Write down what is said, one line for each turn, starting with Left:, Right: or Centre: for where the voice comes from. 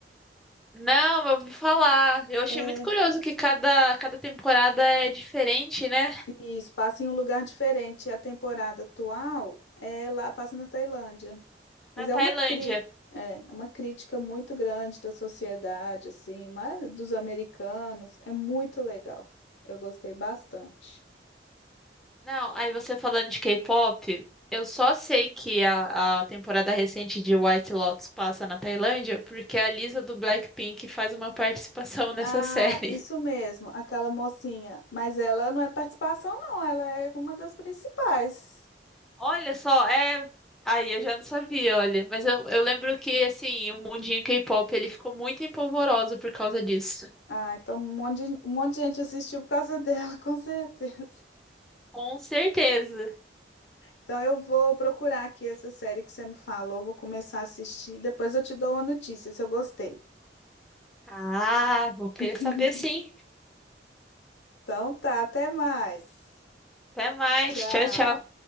Centre: Não, eu ouvi falar. Eu achei
Left: É,
Centre: muito curioso que cada, cada temporada é diferente, né?
Left: isso, passa em um lugar diferente. A temporada atual é lá, passa na Tailândia. Mas
Centre: Na
Left: é
Centre: Tailândia.
Left: uma cri é, é uma crítica muito grande da sociedade, assim, mas dos americanos. É muito legal. Eu gostei bastante.
Centre: Não, aí você falando de K-pop, eu só sei que a, a temporada recente de White Lotus passa na Tailândia porque a Lisa do Blackpink faz uma participação nessa
Left: Ah,
Centre: série.
Left: isso mesmo, aquela mocinha. Mas ela não é participação, não, ela é uma das principais.
Centre: <laughs> Olha só, é. Aí eu já não sabia, olha. Mas eu, eu lembro que, assim, o mundinho K-pop ele ficou muito empolvoroso por causa disso.
Left: Ah, então um monte de, um monte de gente assistiu por causa dela, <laughs> com certeza.
Centre: Com certeza.
Left: Então eu vou procurar aqui essa série que você me falou, vou começar a assistir, depois eu te dou uma notícia se eu gostei.
Centre: Ah, vou querer
Left: <laughs>
Centre: saber sim.
Left: Então tá, até mais.
Centre: Até mais.
Left: Tchau.
Centre: Tchau, tchau.